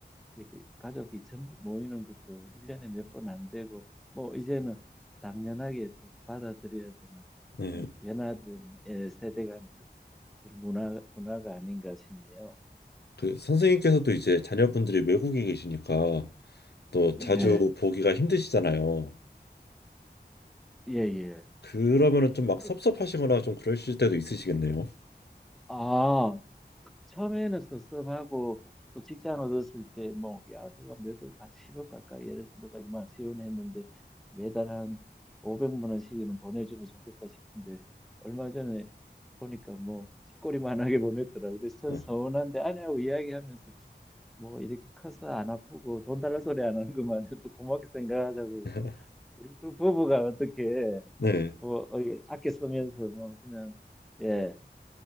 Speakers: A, in the centre; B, on the left (about 65°).
A: 이렇게 가족이 전부 모이는 것도 일년에 몇 번 안 되고, 뭐, 이제는 당연하게 또 받아들여야 되는 그런
B: 네.
A: 변화된 예, 세대 간의 어떤 그런 문화, 문화가 아닌가 싶네요.
B: 그 선생님께서도 이제 자녀분들이 외국에 계시니까 또 자주
A: 예,
B: 보기가 힘드시잖아요.
A: 예, 예.
B: 그러면은 좀 막
A: 그리고,
B: 섭섭하시거나 좀 그러실 때도 있으시겠네요.
A: 아, 처음에는 섭섭하고 또 직장 얻었을 때 뭐 야 내가 몇억 한 10억 가까이 예를 들어 내가 인마 지원했는데 매달 한 500만 원씩은 보내주면 좋겠다 싶은데 얼마 전에 보니까 뭐 쥐꼬리만하게 보냈더라고요. 그래서 전
B: 어.
A: 서운한데 아내하고 이야기하면서 뭐 이렇게 커서 안 아프고 돈 달라 소리 안 하는 것만 해도 고맙게 생각하자고 해서
B: <laughs>
A: 우리 두 부부가 어떻게
B: 네,
A: 뭐 어, 아껴 쓰면서 뭐 그냥 예